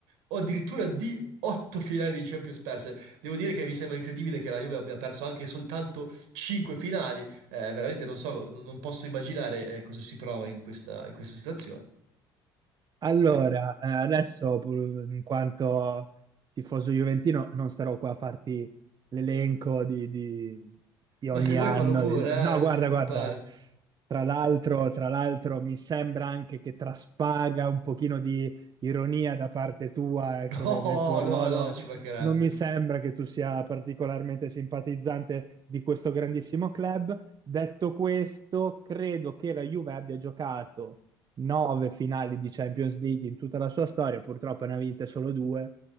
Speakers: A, on the right; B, on the right.
A: o addirittura D, 8 finali di Champions perse. Devo dire che mi sembra incredibile che la Juve abbia perso anche soltanto 5 finali. Eh, veramente non so, non posso immaginare eh, cosa si prova in questa, in questa situazione.
B: Allora, eh, adesso pur- in quanto tifoso juventino non starò qua a farti l'elenco di, di- di ogni
A: Ma se vuoi
B: anno.
A: fallo pure,
B: No,
A: eh,
B: guarda,
A: non ti preoccupare.
B: guarda,
A: <laughs>
B: tra l'altro, tra l'altro mi sembra anche che traspaga un pochino di ironia da parte tua, ecco,
A: No,
B: de- nel tuo ruolo.
A: no, no, ci mancherebbe.
B: Non mi sembra che tu sia particolarmente simpatizzante di questo grandissimo club. Detto questo, credo che la Juve abbia giocato nove finali di Champions League in tutta la sua storia, purtroppo ne ha vinte solo due